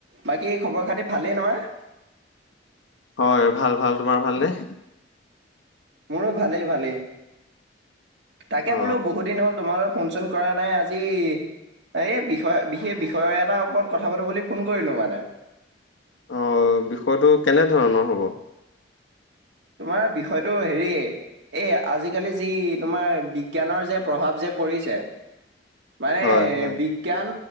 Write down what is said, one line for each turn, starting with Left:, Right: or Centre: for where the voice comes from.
Right: বাকী খবৰ-খাতি ভালেই নহয়?
Left: হয়, ভাল ভাল তোমাৰ ভাল নে?
Right: মোৰো ভালেই ভালেই, তাকে
Left: অ
Right: বোলো বহুত দিন হ'ল তোমালৈ ফোন-চোন কৰা নাই আজি এই বিষয় বিশেষ বিষয় এটাৰ ওপৰত কথা পাতো বুলি ফোন কৰিলো মানে।
Left: অ', বিষয়টো কেনে ধৰণৰ হ'ব?
Right: তোমাৰ বিষয়টো হেৰি এই আজিকালি যি তোমাৰ বিজ্ঞানৰ যে, প্ৰভাৱ যে পৰিছে। মানে
Left: হয় হয়
Right: বিজ্ঞান